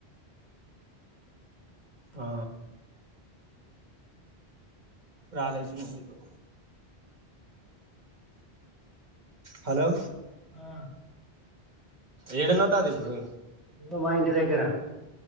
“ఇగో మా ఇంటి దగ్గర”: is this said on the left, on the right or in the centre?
Centre